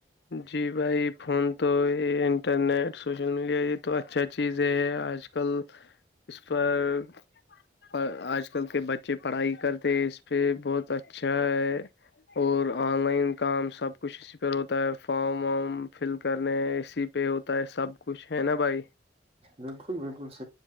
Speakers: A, on the left (about 70°); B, on the right (about 35°).
A: جی بھائی فون تو یہ انٹرنیٹ سوشل میڈیا یہ تو اچھا چیز ہے آج کل اس پر پر آج کل کے بچے پڑھائی کرتے اس پہ بہت اچھا ہے اور آن لائن کام سب کچھ اسی پ ہوتا ہے فارام وام فل کرنے اسی پہ ہوتا ہے سب کچھ ہے نا بھائی
B: بالکل بالکل س